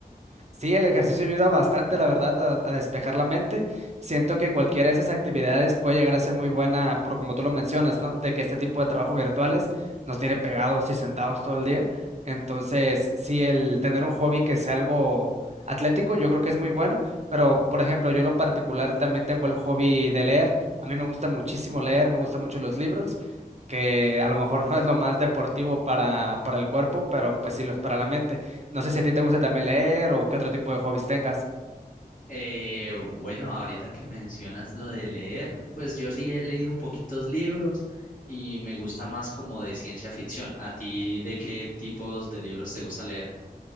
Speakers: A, on the right (about 45°); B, on the left (about 55°).
A: Sí, el ejercicio ayuda bastante, la verdad, a, a despejar la mente. Siento que cualquiera de esas actividades puede llegar a ser muy buena, por como tú lo mencionas, ¿no? De que este tipo de trabajo virtuales nos tiene pegados y sentados todo el día. Entonces, sí, el tener un hobby que sea algo atlético, yo creo que es muy bueno. Pero, por ejemplo, yo en lo particular también tengo el hobby de leer. A mí me gusta muchísimo leer, me gustan mucho los libros, que a lo mejor <laughs> no es lo más deportivo para, para el cuerpo, pero pues sí lo es para la mente. No sé si a ti te gusta también leer o qué otro tipo de hobbies tengas.
B: Eh, bueno, ahorita que mencionas lo de leer, pues yo sí he leído poquitos libros y me gusta más como de ciencia ficción. ¿A ti de qué tipos de libros te gusta leer?